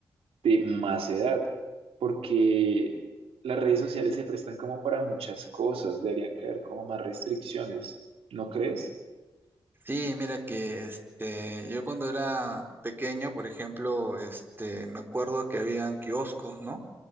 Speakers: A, on the right; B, on the right.
A: de más edad, porque las redes sociales se prestan como para muchas cosas, deberían que haber como más restricciones, ¿no crees?
B: Sí, mira que este, yo cuando era pequeño, por ejemplo, este, me acuerdo que habían kioscos, ¿no?